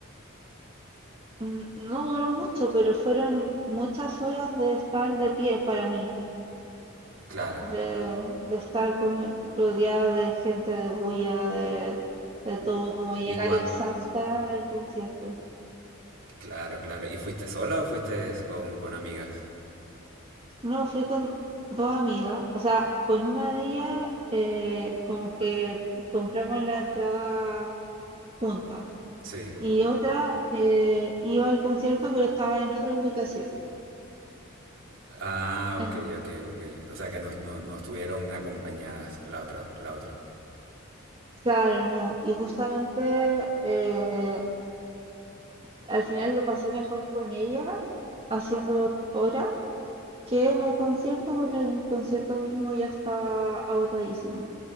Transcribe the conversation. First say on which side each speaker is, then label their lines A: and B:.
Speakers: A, on the right; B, on the right.
A: Mm, No duró mucho, pero fueron muchas horas de estar de pie para mí,
B: Claro.
A: de, de estar con, rodeada de gente, de bulla, de, de todo, como llegar
B: ¿Y cuán,
A: exhausta al concierto.
B: claro, claro. ¿Y fuiste sola o fuiste con, con amigas?
A: No, fui con dos amigas, o sea, con una de ellas eh, como que compramos la entrada juntas
B: Sí.
A: y otra eh, iba al concierto pero estaba en otra ubicación.
B: Ah,
A: En-
B: ok, ok, ok. O sea que no, no, no estuvieron acompañadas la otra, la otra.
A: claro, no. Y justamente eh, al final lo pasé mejor con ellas haciendo horas que en el concierto porque el concierto mismo ya está agotadísimo.